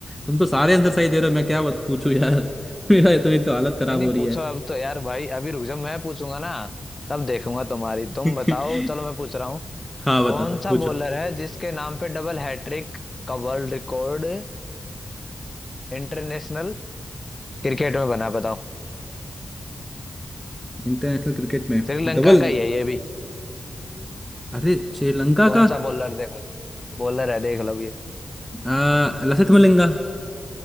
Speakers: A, in the centre; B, on the left (about 30°).
A: तुम तो सारे आंसर सही दे रहे हो मैं क्या बत- पूछूं यार <laughs> मेरा तुम्हें तो हालत खराब
B: नहीं नहीं
A: हो रही
B: पूछो
A: है
B: अब तो यार भाई अभी रुक जाओ मैं पूछूंगा ना तब देखूंगा तुम्हारी
A: <laughs>
B: तुम बताओ चलो मैं पूछ रहा हूँ
A: हाँ बताओ
B: कौन सा
A: पूछो
B: बॉलर है जिसके नाम पे डबल हैट्रिक का वर्ल्ड रिकॉर्ड इंटरनेशनल क्रिकेट में बना बताओ
A: इंटरनेशनल क्रिकेट में
B: श्रीलंका
A: डबल
B: का ही है ये भी
A: अरे श्रीलंका
B: कौन
A: का
B: सा बॉलर देखो बॉलर है देख लो ये।
A: आ, लसिथ मलिंगा